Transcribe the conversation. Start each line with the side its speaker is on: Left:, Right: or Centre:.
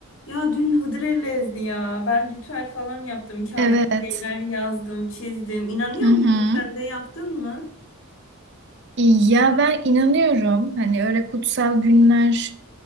Left: Ya dün Hıdrellez'di ya. Ben ritüel falan yaptım. Kağıda
Right: Evet.
Left: bir şeyler yazdım, çizdim. İnanıyor
Right: Hı hı.
Left: musun? Sen de yaptın mı?
Right: Ya ben inanıyorum hani öyle kutsal günler